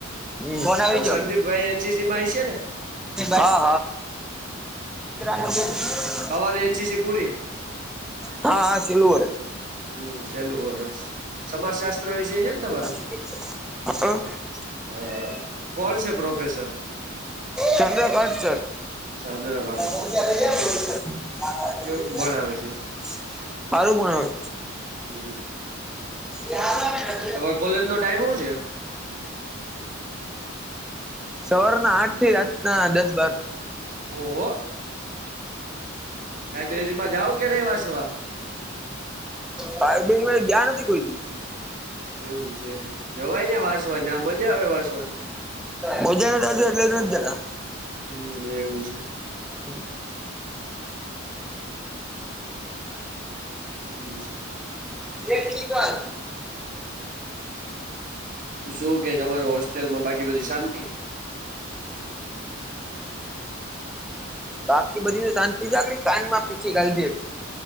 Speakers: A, in the centre; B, on the right.
A: હ ફન આવીજ
B: સંદીપભાઈ
A: <unintelligible>
B: એનસીસી માં આવીશે ને હમ
A: હા હા.
B: તમારે એન સી સી પૂરી?
A: હા હા છેલ્લું વર્ષ.
B: હમ સેલું સમાજ શાસ્ત્ર વિશે છે ને તમારે?
A: હ <unintelligible>
B: હ કોણ છે પ્રોફેસર?
A: ચંદ્રકાઢ છે.
B: ચંદ્રકાંત
A: મમ્મ
B: સર
A: આપ
B: કેવું
A: <unintelligible>
B: ભણાવે છે
A: સારું ભણાવે.
B: હમ.
A: લાર <unintelligible>
B: તમારે કોલેજ નો ટાઈમ હોવ છે?
A: સવારના આઠ થી રાતના દસ બાર
B: ઓહો. લાઈબ્રેરી માં જાઓ કરે વાંચવા.
A: લાયબ્રેરી માં ગયા નથી કોઈ બી.
B: એવું છે જવાય ને વાસવાની આ મજા આવે વાસવાની.
A: મજા ના જ એટલે નથ જાતા.
B: હમ્મ, એવું છે.
A: હમ્મ.
B: હમ્મ.
A: પ્રેક્ટીકલ
B: શું કે તમાર હોસ્ટેલમાં બાકી બધી શાંતિ?
A: બાકી બધી શાંતિ જાગડી કાન માં પીછી ગાલી દે.